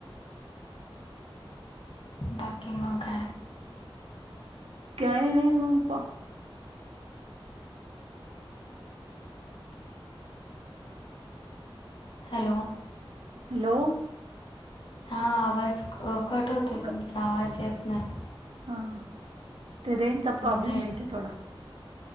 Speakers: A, on the left; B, on the right.
A: बाकी म काय?
B: काही नाही म पा
A: हॅलो!
B: हॅलो!
A: हा आवाज क-कट होतोय, तुमचा
B: क
A: आवाज येत नाही.
B: हा ते रेंजचा प्रॉब्लेम
A: नेट
B: ये हिथं थोडा.